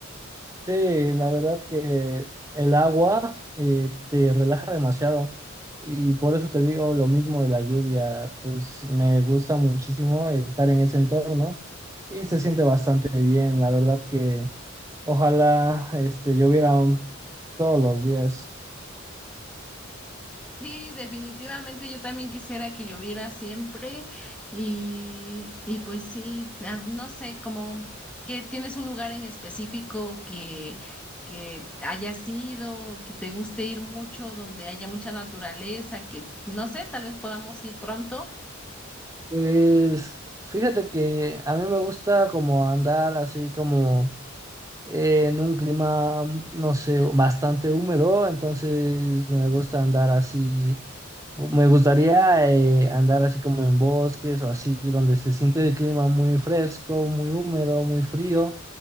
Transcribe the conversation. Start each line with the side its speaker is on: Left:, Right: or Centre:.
Right: Sí, la verdad que el agua eh, te relaja demasiado y por eso te digo lo mismo de la lluvia, pues me gusta muchísimo estar en ese entorno. Y se siente bastante bien, la verdad que ojalá este, lloviera un- todos los días.
Centre: Sí, definitivamente yo también quisiera que lloviera siempre y, y pues sí, ah, no sé, como que tienes un lugar en específico que, que hayas ido, que te guste ir mucho, donde haya mucha naturaleza, que no sé, tal vez podamos ir pronto.
Right: Pues fíjate que a mí me gusta como andar así como eh, en un clima, no sé, bastante húmedo, entonces me gusta andar así Me gustaría eh, andar así como en bosques o así, donde se siente el clima muy fresco, muy húmedo, muy frío.